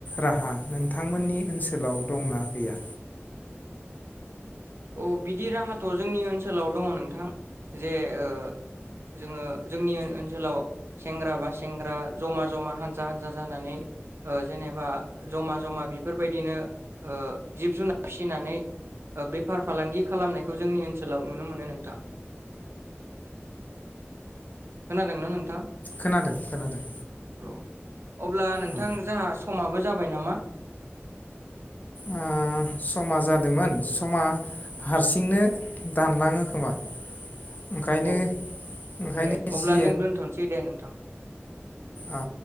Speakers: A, on the left; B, on the right.
A: राहा नोंथांमोननि ओनसोलाव दंना गैया।
B: औ बिदि राहाथ जोंनि ओनसोलाव दङ नोंथां जे ओ जोङो जोंनि ओनसोलाव सेंग्रा बा सेंग्रा जमा जमा हानजा हानजा जानानै ओ जेनेबा जमा जमा बेफोरबायदिनो ओ जिब जुनार फिसिनानै ओ बे फार फालांगि खालामनायखौ जोंनि ओनसोलाव नुनो मोनो नोंथां खोनादोंना नोंथां।
A: खोनादों खोनादों।
B: औ अब्ला नोंथां
A: ओ
B: जाहा समाबो‌। जाबाय नामा।
A: ओ समा जादोमोन। समा। हारसिंनो। दानलाङो खोमा। ओंखायनो
B: औ
A: ओंखायनो
B: दे अब्ला
A: जि
B: जों दोनथसै दे नोंथां।
A: औ।